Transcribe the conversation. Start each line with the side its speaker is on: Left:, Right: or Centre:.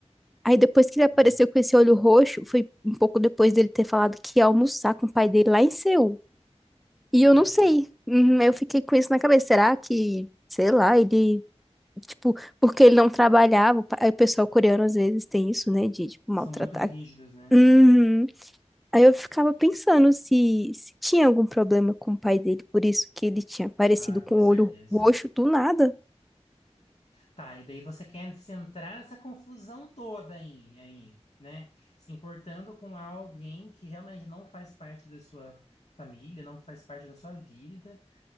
Centre: Aí depois que ele apareceu
Left: Hum.
Centre: com esse olho roxo, foi um pouco depois dele ter falado que ia almoçar com o pai dele lá em Seul. E
Left: Entendi.
Centre: eu não sei. Uhum, Eu fiquei com isso na cabeça. Será que, sei lá, ele Tipo, porque ele não trabalhava. o pa- aí o pessoal coreano às vezes tem isso, né? De, tipo,
Left: São
Centre: maltratar
Left: muito rígidos, né?
Centre: Uhum. Aí eu ficava pensando se, se tinha algum problema com o pai dele, por isso que ele tinha aparecido
Left: Ah,
Centre: com
Left: com
Centre: o
Left: certeza.
Centre: olho roxo do nada.
Left: Tá, e daí você quer se entrar nessa confusão toda aí, aí, né? Se importando com alguém que realmente não faz parte da sua família, não faz parte da sua vida.